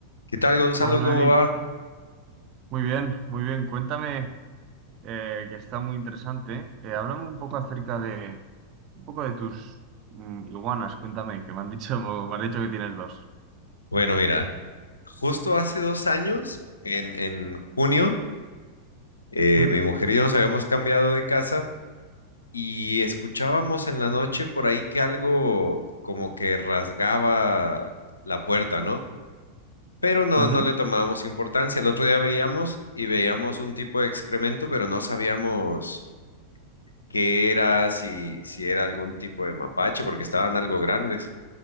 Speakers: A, on the left; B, on the right.
A: ¿Qué tal, Gonzalo?
B: Hola
A: ¿Cómo
B: Eric,
A: va?
B: muy bien, muy bien. Cuéntame, eh, que está muy interesante. Eh, háblame un poco acerca de un poco de tus mm, iguanas. Cuéntame, que me han dicho, <laughs> me has dicho que tienes dos.
A: Bueno, mira, justo hace dos años, en, en junio, eh,
B: ¿Mm?
A: mi mujer y yo nos habíamos cambiado de casa y escuchábamos en la noche por ahí que algo como que rasgaba la puerta, ¿no? Pero no,
B: Ujú,
A: no le tomábamos importancia. El otro día veíamos y veíamos un tipo de excremento, pero no sabíamos qué era, si, si era algún tipo de mapache, porque estaban algo grandes.